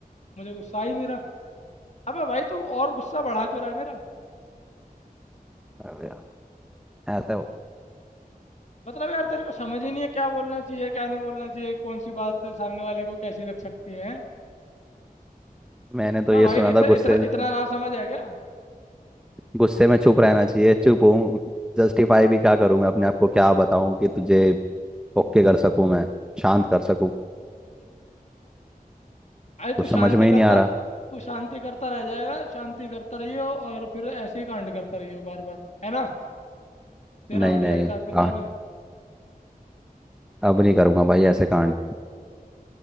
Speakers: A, on the left; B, in the centre.
A: मुझे गुस्सा ही नहीं रहा अबे भाई तू और गुस्सा बढ़ा क्यों रहा है मेरा
B: अबे यार, ऐसा हो-
A: मतलब यार तेरे को समझ ही नहीं है क्या बोलना चाहिए क्या नहीं बोलना चाहिए कौन सी बात सामने वाले को कैसी लग सकती है
B: मैंने तो
A: वाह
B: ये
A: भाई
B: सुना
A: इतना
B: था गुस्से
A: इतना
B: में जब
A: इतना ना समझ है क्या
B: गुस्से में चुप रहना चाहिए चुप हूँ जस्टिफाई भी क्या करूँ मैं अपने आप को क्या बताऊँ कि तुझे ओके कर सकूँ मैं शांत कर सकूँ
A: भाई तू
B: कुछ समझ
A: शांति
B: में ही
A: करता
B: नहीं आ रहा
A: तू शांति करता रह जाएगा शांति करता रहियो और फिर ऐसे ही कांड करता रहियो बार बार है ना तेरा
B: नहीं
A: बढ़िया
B: नहीं
A: हिसाब किताब
B: कहा
A: है
B: अब नहीं करूँगा भाई ऐसे कांड